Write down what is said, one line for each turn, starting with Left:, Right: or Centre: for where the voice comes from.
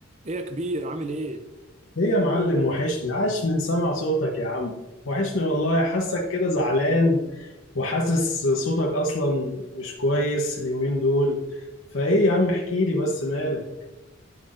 Right: ايه يا كبير عامل ايه؟
Left: ايه يا معلم وحشني عاش من سمع صوتك يا عم وحشني والله حاسك كده زعلان وحاسس صوتك اصلا مش كويس اليومين دول فايه يا عم احكي لي بس مالك